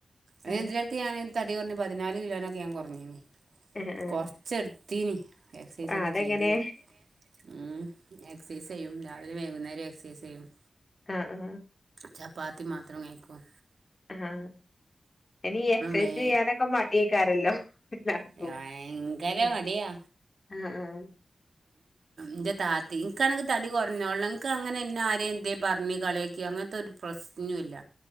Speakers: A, on the right; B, on the left.
A: അഹ്
B: ആഹ്
A: ഇതിനെടക്ക് ഞാൻ തടി കൊറഞ്ഞ് പതിനാല് കിലോനൊക്കെ ഞാൻ കൊറഞ്ഞീനി
B: ആഹ് ആഹ്
A: കൊറച്ചെടുത്തീനി. എക്സൈസൊക്കെ
B: ആഹ് അതെങ്ങനെ
A: ചെയ്ത് മ്മ് എക്സൈസ് ചെയ്യും രാവിലെ വൈകുന്നേരം എ <unintelligible>
B: ആഹ്‌ ആഹ്‌
A: ചപ്പാത്തി മാത്രം കയിക്കും.
B: ആ ഇനി എക്സസൈസ്
A: വേ
B: ചെയ്യാനൊക്കെ മടിയേക്കാരല്ലോ എല്ലാർക്കും
A: ഭയങ്കര
B: മ്മ്
A: മടിയാ
B: ആഹ്‌ ആഹ്‌
A: ന്റെ ത്താതേയും എനിക്കാണെങ്കി തടി കൊറഞ്ഞോളണം എനിക്ക് അങ്ങനെ എന്നെ ആരെ എന്തേ പറഞ്ഞു കളിയാക്കി അങ്ങനത്തോരു പ്ര പ്രശ്നോം ഇല്ല